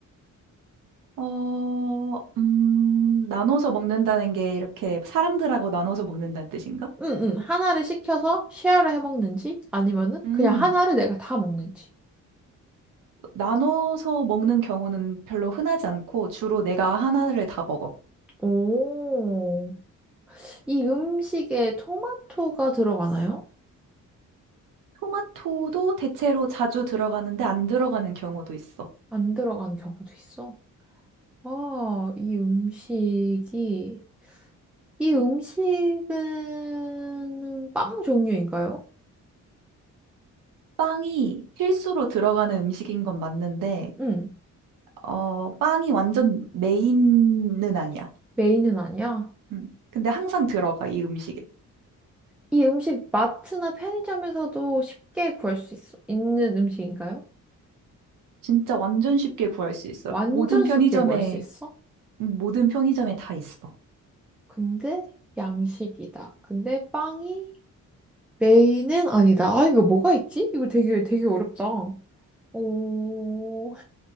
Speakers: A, on the right (about 85°); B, in the centre.
A: 어, 음, 나눠서 먹는다는 게 이렇게 사람들하고 나눠서 먹는다는 뜻인가?
B: 응응 하나를 시켜서 쉐어를 해 먹는지 아니면은
A: 음,
B: 그냥 하나를 내가 다 먹는지.
A: 나눠서 먹는 경우는 별로 흔하지 않고 주로 내가 하나를 다 먹어.
B: 오. 이 음식에 토마토가 들어가나요?
A: 토마토도 대체로 자주 들어가는데 안 들어가는 경우도 있어.
B: 안 들어가는 경우도 있어. 아, 이 음식이 이 음식은 빵 종류인가요?
A: 빵이 필수로 들어가는 음식인 건 맞는데,
B: 응.
A: 어, 빵이 완전 메인은 아니야.
B: 메인은 아니야.
A: 음. 근데 항상 들어가, 이 음식에.
B: 이 음식 마트나 편의점에서도 쉽게 구할 수 있어, 있는 음식인가요?
A: 진짜 완전 쉽게 구할 수 있어.
B: 완전
A: 모든 편의점에,
B: 쉽게 구할 수 있어?
A: 음, 모든 편의점에 다 있어.
B: 근데 양식이다. 근데 빵이 메인은 아니다. 아, 이거 뭐가 있지? 이거 되게 되게 어렵다. 오,